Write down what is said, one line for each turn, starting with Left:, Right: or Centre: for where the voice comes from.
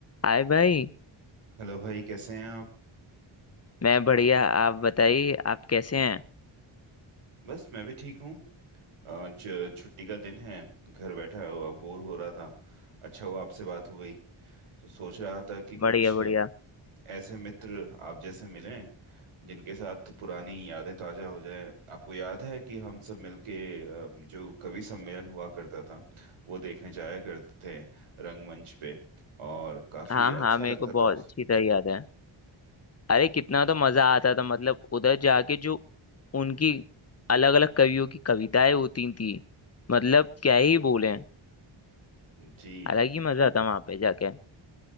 Left: हाय भाई
Right: Hello भाई कैसे हैं आप
Left: मैं बढ़िया आप बताइए आप कैसे हैं
Right: बस मैं भी ठीक हूँ आज छुट्टी का दिन है घर बैठा हुआ बोर हो रहा था अच्छा हुआ आपसे बात हो गई तो सोच रहा था कि कुछ
Left: बढ़िया बढ़िया
Right: ऐसे मित्र आप जैसे मिले जिनके साथ पुरानी यादें ताजा हो जाए आपको याद है कि हम सब मिलके अ, जो कवि सम्मेलन हुआ करता था वो देखने जाया करते थे रंगमंच पे और काफी
Left: हाँ
Right: अच्छा
Left: हाँ मेरे
Right: लगता
Left: को बहुत
Right: था उस
Left: अच्छी तरह याद है अरे कितना तो मजा आता था मतलब उधर जाके जो उनकी अलग अलग कवियों की कविताएं होती थी मतलब क्या ही बोले
Right: जी
Left: अलग ही मजा आता वहां पे जाके